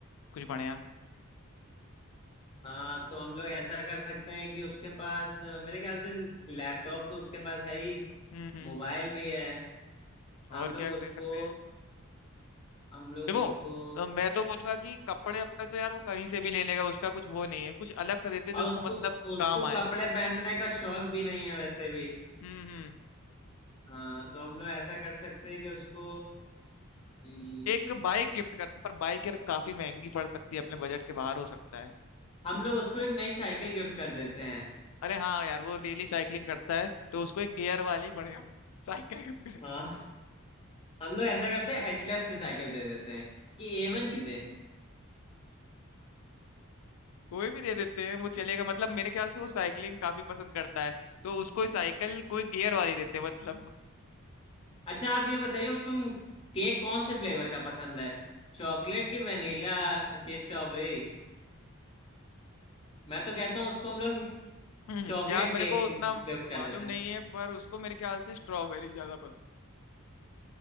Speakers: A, on the left; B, on the left.
A: कुछ बढ़िया
B: हाँ तो हम लोग ऐसा कर सकते हैं कि उसके पास अ, मेरे ख्याल से लैपटॉप तो उसके पास है ही
A: हम्म हम्म
B: मोबाइल भी है हम
A: और क्या
B: लोग उसको
A: दे सकते हैं
B: हम लोग
A: देखो
B: उसको
A: अ, मैं तो बोलूंगा कि कपड़े वपड़े तो यार वो कहीं से भी ले लेगा उसका कुछ वो नहीं है कुछ अलग सा देते जो
B: और
A: उसको
B: उसको
A: मतलब
B: उसको
A: काम आए
B: कपड़े पहनने का शौक भी नहीं है वैसे भी
A: हम्म हम्म
B: हाँ तो हम लोग ऐसा कर सकते हैं कि उसको हम्म,
A: एक बाइक गिफ्ट करते पर बाइक यार काफी महंगी पड़ सकती है अपने बजट के बाहर हो सकता है
B: हम लोग उसको एक नई साइकिल गिफ्ट कर देते हैं
A: अरे हाँ यार वो डेली साइकिलिंग करता है तो उसको एक गियर वाली बढ़िया <laughs> साइकिल गिफ्ट करें
B: हाँ हम लोग ऐसा करते हैं एटलस की साइकिल दे देते हैं कि एवन की दे
A: कोई भी दे देते हैं वो चलेगा मतलब मेरे ख्याल से वो साइकिलिंग काफी पसंद करता है तो उसको साइकिल कोई गियर वाली देते हैं मतलब
B: अच्छा आप ये बताइए उसको केक कौन से फ्लेवर का पसंद है चॉकलेट की वनीला की स्ट्रॉबेरी मैं तो कहता हूँ उसको हम लोग
A: हम्म
B: चॉकलेट
A: यार मेरे
B: केक
A: को उतना
B: गिफ्ट कर
A: मालूम
B: देते
A: नहीं
B: हैं
A: है पर उसको मेरे ख्याल से स्ट्रॉबेरी ज्यादा पसंद